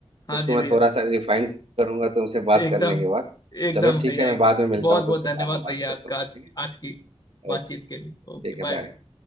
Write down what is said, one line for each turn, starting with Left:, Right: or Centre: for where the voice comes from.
Left: हाँ
Right: उसको
Left: जी
Right: मैं
Left: भैया
Right: थोड़ा सा रिफाइन करूंगा तुमसे बात
Left: एकदम
Right: करने के बाद
Left: एकदम
Right: चलो ठीक
Left: भैया
Right: है मैं
Left: एकदम
Right: बाद में मिलता
Left: बहुत
Right: हूँ
Left: बहुत
Right: तुमसे
Left: धन्यवाद
Right: बाद में बात
Left: भैया
Right: करता
Left: आपका
Right: हूँ
Left: आज
Right: ठीक
Left: आज की
Right: है
Left: बातचीत
Right: ओके
Left: के लिए ओके
Right: ठीक
Left: बाय
Right: है बाय
Left: भैया